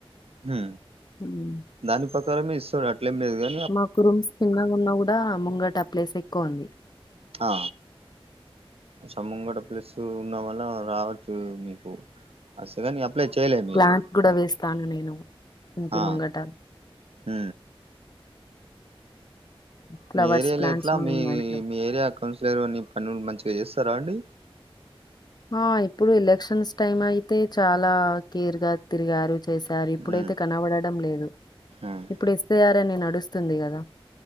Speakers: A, on the right; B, on the left.
A: హు
B: ఉమ్.
A: దాని పకారమే ఇస్సడు అట్లేం లేదుగా
B: మాకు రూమ్స్ చిన్నగ ఉన్న గూడా ముంగట ప్లేస్ ఎక్కువ ఉంది
A: ఆ స ముంగట ప్లెస్స్ ఉన్న వల్ల రావచ్చు మీకు అస్సలే నీ అప్లై చేయలే మీలిగా
B: ప్లాంట్స్
A: మొత్తాని
B: కూడా వేస్తాను నేను ఇంటి
A: ఆ
B: ముంగట
A: ఉ
B: ఫ్లవర్స్
A: మీ ఏరియాలో
B: ప్లాంట్స్
A: ఎట్ల
B: ఉన్నాయి
A: మీ
B: మా ఇంట్లో
A: మీ ఏరియా కౌన్సిలర్ అన్ని పనులు మంచిగ ఏస్సరా అండి
B: ఆ ఇప్పుడు ఎలక్షన్స్ టైమ్ అయితే చాలా కేర్ గా తిరిగారు చేశారు ఇప్పుడైతే
A: ఉమ్
B: కనబడడం లేదు
A: ఉమ్
B: ఇప్పుడు ఇస్తే ఆరేని నడుస్తుంది గదా